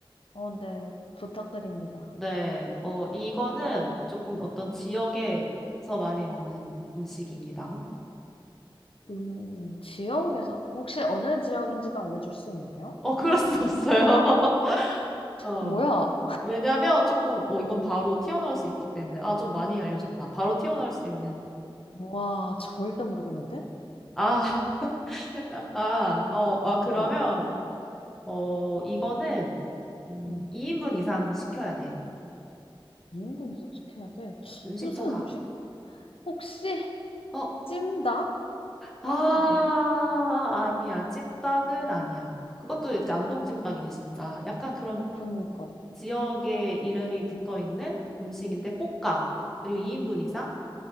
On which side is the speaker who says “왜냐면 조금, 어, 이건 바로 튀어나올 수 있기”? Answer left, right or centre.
Centre